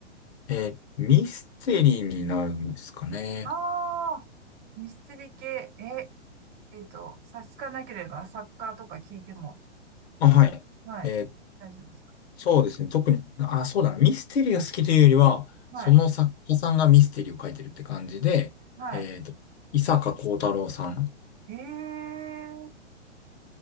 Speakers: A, on the left; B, on the right.
A: えーミステリーになるんですかね。
B: ああー、ミステリー系、え、えっと、差し支えなければ、作家とか聞いても、
A: あ、はい。
B: はい、
A: えー
B: 大丈夫ですか
A: そうですね。特に、あ、そうだな。ミステリーが好きというよりは、
B: はい、
A: その作家さんがミステリーを書いてるって感じで、
B: はい。
A: えっと、伊坂幸太郎さん。
B: ええー、